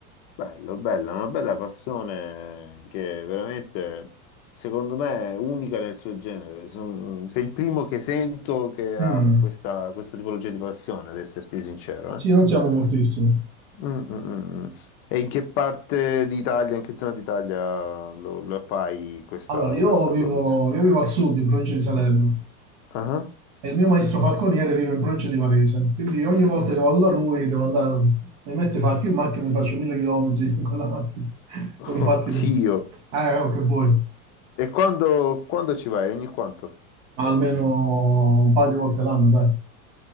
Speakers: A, on the left (about 35°); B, on the right (about 65°).
A: Bello, bella, una bella passione che veramente, secondo me, è unica nel suo genere. Son- sei il primo che sento che
B: Mm.
A: ha questa, questa tipologia di passione, ad esserti sincero.
B: Sì,
A: eh.
B: non siamo moltissimi.
A: Mm, mm, mm. mm. E in che parte d'Italia, in che zona d'Italia lo, lo fai questa,
B: Allora, io
A: questa
B: vivo,
A: tua passione?
B: io vivo al sud, in provincia di Salerno.
A: Ah?
B: E il mio maestro falconiere vive in provincia di Varese, quindi ogni volta che vado da lui devo andare, mi metto i falchi in macchina e mi faccio mille chilometri <laughs> con la macchina,
A: ah.
B: con i falchi
A: Oddio!
B: dentro. Eh, oh, che vuoi, ma
A: E quando, quando ci vai? Ogni quanto?
B: almeno un paio di volte l'anno, dai.